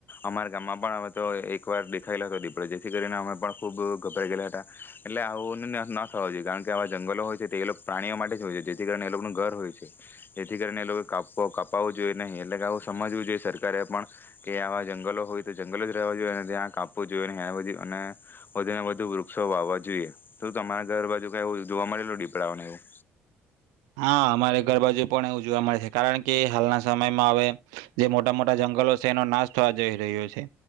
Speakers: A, on the left; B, on the right.
A: અમારા ગામમાં પણ હવે તો એક વાર દેખાયલો હતો દીપડ્યો જેથી કરીને અમે ખૂબ ગભરાઈ ગયેલા હતા એટલે આવો નશ ન થવાો જોઈએ કારણ કે આવા જંગલો હોય છે તે એ લોકો પ્રાણીઓ માટે જ હોય છે જેથી કરીને એ લોકોનું ઘર હોય છે જેથી કરીને એ લોકો કા કાપાવવું જોઈએ નહીં એટલે કે આવું સમજવું જોઈએ સરકારે પણ કે આવા જંગલો હોય તો જંગલો જ રહેવા જોઈએ ત્યાં કાપવું જોઈએ અને વધુ ને વધુ વૃક્ષો વાવવા જોઈએ તો તમારા ઘર બાજુ કઈ જોવા મળેલ દીપડાઓને એવું
B: હા અમારે ઘર બાાજુ પણ એવું જોવા મળે છે કારણ કે હાલના સમયમાં હવે જે મોટા મોટા જંગલો છે એનો નાશ થવા જઈ રહ્યો છે